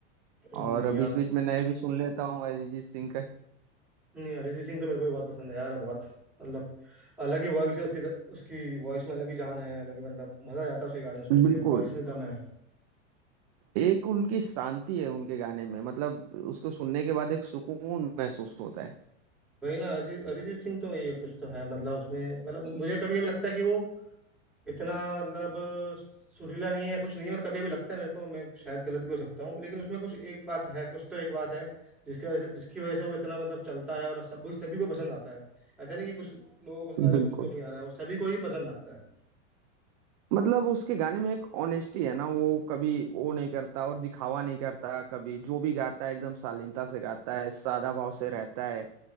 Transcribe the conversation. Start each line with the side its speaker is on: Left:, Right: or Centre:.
Centre: नहीं
Right: और बीच
Centre: आप
Right: बीच में नए भी सुन लेता हूँ अरिजीत सिंह का
Centre: नहीं अरिजीत सिंह तो मेरे को भी बहुत पसंद है यार बहुत मतलब अलग ही वॉइस है उसकी उसकी वॉइस में अलग ही जान है अलग ही मतलब मजा आता है उसके गाने सुन
Right: बिल्कुल
Centre: के वॉइस में दम है
Right: एक उनकी शांति है उनके गाने में मतलब उसको सुनने के बाद एक सुकून महसूस होता
Centre: वही ना अरिजीत अरिजीत सिंह तो वही है कुछ तो है मतलब उसमें मतलब मुझे कभी कभी लगता है कि वो इतना मतलब सुरीला नहीं है या कुछ नहीं है मतलब कभी कभी लगता है मेरे को मैं शायद गलत भी हो सकता हूँ लेकिन उसमें कुछ एक बात है कुछ तो एक बात है जिसका जिसकी वजह से वो इतना मतलब चलता है और सब सभी को पसंद आता है ऐसा नहीं कि कुछ लोगों को पसंद
Right: है
Centre: आ रहा है
Right: बिल्कुल
Centre: कुछ को नहीं आ रहा है वो सभी को ही पसंद आता है
Right: मतलब उसके गाने में एक ऑनेस्टी है ना वो कभी वो नहीं करता और दिखावा नहीं करता कभी जो भी गाता है एकदम शालीनता से गाता है सादा भाव से रहता है